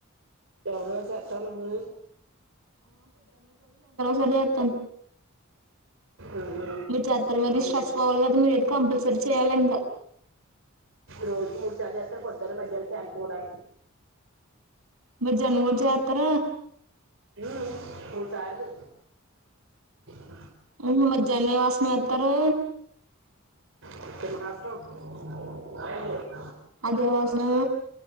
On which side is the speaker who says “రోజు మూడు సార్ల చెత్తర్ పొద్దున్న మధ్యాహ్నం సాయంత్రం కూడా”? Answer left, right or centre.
Right